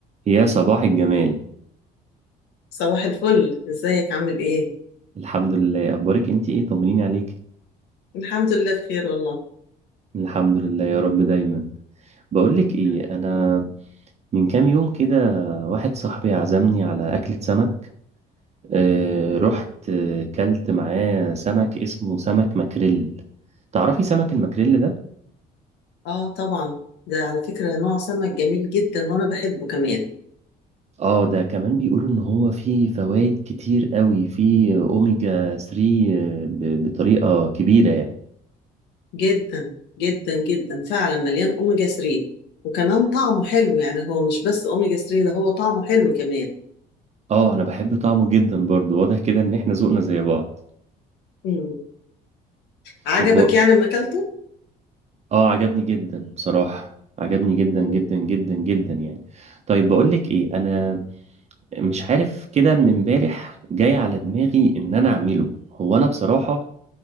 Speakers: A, on the right; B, on the left.
A: يا صباح الجمال
B: صباح الفل ازيك عامل ايه
A: الحمد لله اخبارك انت ايه طمنيني عليك
B: الحمد لله بخير والله
A: الحمد لله يا رب دايما بقولك
B: نعم.
A: ايه انا من كام يوم كده واحد صاحبي عزمني على اكلة سمك آه رحت آه كلت معاه سمك اسمه سمك ماكريل تعرفي سمك الماكريل ده
B: اه طبعا ده على فكرة نوع سمك جميل جدا وانا بحبه كمان
A: اه ده كمان بيقولوا ان هو فيه فوائد كتير قوي فيه اوميجا 3 آه، ب- بطريقة كبيرة يعني
B: جدا جدا جدا فعلا مليان اوميجا 3 وكمان طعمه حلو يعني هو مش بس اوميجا 3 ده هو طعمه حلو كمان
A: اه انا بحب طعمه جدا برضو واضح كده ان احنا ذوقنا زي بعض
B: مم. عجبك
A: طب
B: يعني لما اكلته
A: اه عجبني جدا بصراحة عجبني جدا
B: مم.
A: جدا جدا جدا يعني طيب بقولك ايه انا مش عارف كده من امبارح جاي على دماغي ان انا اعمله هو انا بصراحة